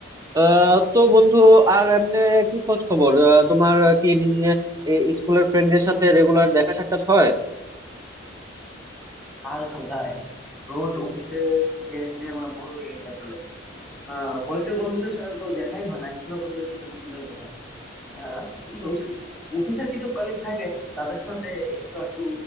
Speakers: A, on the right (about 15°); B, in the centre.
A: আহ, তো বন্ধু আর এমনি কি খোঁজ খবর আহ, তোমার কি উম, এ- স্কুলের ফ্রেন্ডের সাথে রেগুলার দেখা সাক্ষাৎ হয়
B: আর কোথায় রোজ অফিসে যে যে মানে ভোর হয়ে গেছে আসলে আহ কলেজের বন্ধুদের সাথে তো দেখাই হয় না স্কুলের বন্ধুদের সাথে তো দূরের কথা আহ কিন্তু অফিসের কিছু কলিগ থাকে তাদের সাথে একটু একটু